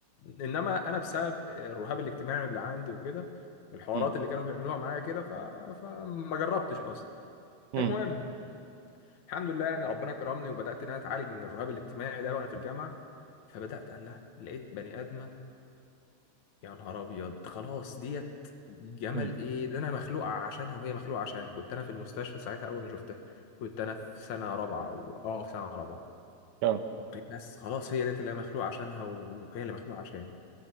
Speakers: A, on the left; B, on the right.
A: انما انا بسبب الرهاب الاجتماعي اللي عندي وكده الحوارات
B: امم
A: اللي كانوا بيعملوها معايا كده ف... فما جربتش اصلا
B: امم
A: المهم الحمد لله يعني ربنا كرمني وبدات ان انا اتعالج من الرهاب الاجتماعي ده وانا في الجامعه فبدات قال لها لقيت بني ادمه يا نهار ابيض خلاص ديت جمل
B: امم
A: ايه ده انا مخلوق عشانها وهي مخلوقه عشاني كنت انا في المستشفى ساعتها اول ما شفتها كنت انا في سنه رابعه او اه في سنه رابعه
B: اه
A: بس خلاص هي ديت اللي انا مخلوق عشانها وهي اللي مخلوقه عشاني